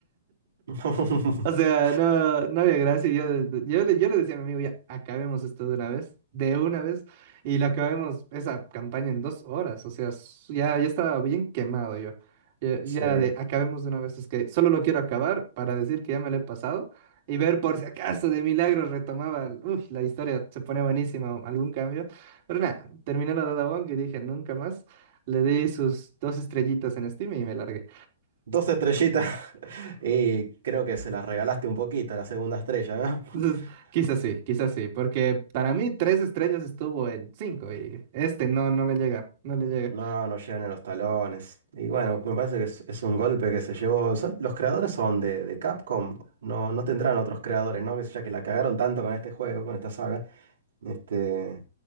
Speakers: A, on the right; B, on the right.
A: <laughs>
B: O sea,
A: <clears throat>
B: no, no había gracia. y Yo, yo, le, yo le decía a mi amigo, ya, acabemos esto de una vez, de una vez. Y la acabemos esa campaña en dos horas. O sea, s- ya, ya estaba bien quemado yo. Ya, ya
A: Sí.
B: era de, acabemos de una vez. Es que solo lo quiero acabar para decir que ya me lo he pasado y ver por si acaso de milagro retomaba. Uy, la historia se pone buenísima, o algún cambio. Pero nada, terminé la Dada Wong y dije, nunca más. Le di sus dos estrellitas en Steam y me largué.
A: Dos estrellitas <laughs> y creo que se las regalaste un poquito a la segunda estrella,
B: Entonces,
A: ¿no? <laughs>
B: Quizás sí, quizás sí, porque para mí tres estrellas estuvo en cinco y este no, no le llega, no le llega.
A: No, no llegan a los talones. Y bueno, me parece que es, es un golpe que se llevó. son- los creadores son de, de Capcom, no, no tendrán otros creadores, ¿no? Que Ya que la cagaron tanto con este juego, con esta saga. Este,